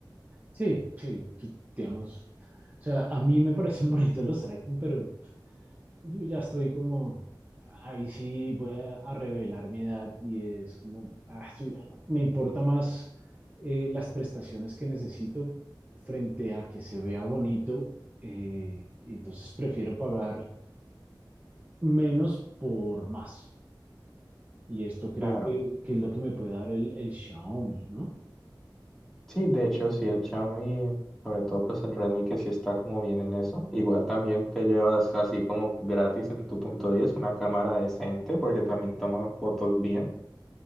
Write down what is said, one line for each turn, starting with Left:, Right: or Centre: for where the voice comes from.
Right: Sí, sí, sí, digamos, o sea, a mí me parecen <laughs> bonitos los iPhone, pero yo ya estoy como, ahí sí voy a, a revelar mi edad y es como, ah, sí, me importa más eh, las prestaciones que necesito frente a que se vea bonito, eh, y entonces prefiero pagar menos por más. Y esto creo
Centre: Claro.
Right: que, que es lo que me puede dar el, el Xiaomi, ¿no?
Centre: Sí, de hecho sí, el Xiaomi, sobre todo pues el Redmi que sí está como bien en eso. Igual también te llevas así como gratis en tu punto 10 una cámara decente porque también toma fotos bien.